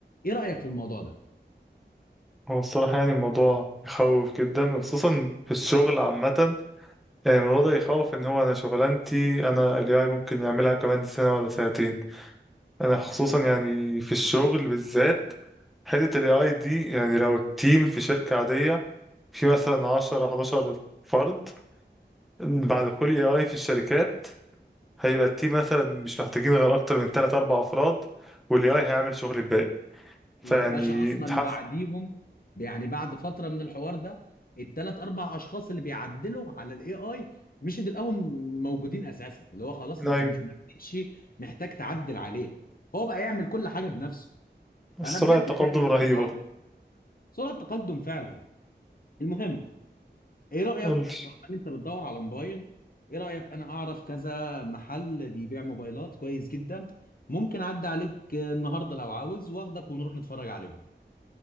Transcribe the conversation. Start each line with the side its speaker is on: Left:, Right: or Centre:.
Left: ايه رايك في الموضوع ده
Centre: هو الصراحة يعني الموضوع يخوف جدا وخصوصا في الشغل عامة يعني الموضوع ده يخوف ان هو انا شغلانتي انا ال AI ممكن يعملها كمان سنة ولا سنتين انا خصوصا يعني في الشغل بالذات حتة ال AI دي يعني لو التيم في شركة عادية في مثلا 10 11 فرد بعد دخول AI في الشركات هيبقى التيم مثلا مش محتاجين غير اكتر من 3 4 افراد والاي اي هيعمل شغل الباقي فيعني
Left: ويا باشا اصلا
Centre: تحس
Left: بعديهم يعني بعد فتره من الحوار ده الثلاث اربع اشخاص اللي بيعدلوا على الاي اي مش تلاقيهم موجودين اساسا اللي هو خلاص انت
Centre: ايوه
Left: مش مش محتاج تعدل عليه هو بقى يعمل كل حاجه بنفسه فانا
Centre: سرعة
Left: بجد
Centre: التقدم
Left: خايف
Centre: رهيبة
Left: من الحوار ده سرعه تقدم فعلا المهم ايه رأيك
Centre: قول
Left: طالما ان انت بتدور على موبايل ايه رأيك انا اعرف كذا محل بيبيع موبايلات كويس جدا ممكن اعدي عليك النهارده لو عاوز واخدك ونروح نتفرج عليهم